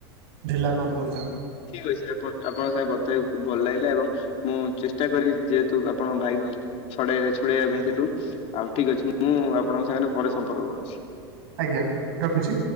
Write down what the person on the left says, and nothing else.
ଠିକ୍ ଅଛି ଆପ୍ ଆପଣଙ୍କ ସାଙ୍ଗେ କଥା ହେଇକି ଖୁବ ଭଲ ଲାଗିଲା ଏବଂ ମୁଁ ଚେଷ୍ଟା କରିବି ଯେହେତୁ ଆପଣ ଭାଇକୁ ଛଡେଇ ଛୁଡେଇବା ପାଇଁ ସେଠୁ ଆଉ ଠିକ ଅଛି ମୁଁ ଆପଣଙ୍କ ସାଙ୍ଗରେ ପରେ ସମ୍ପର୍କ କରୁଛି।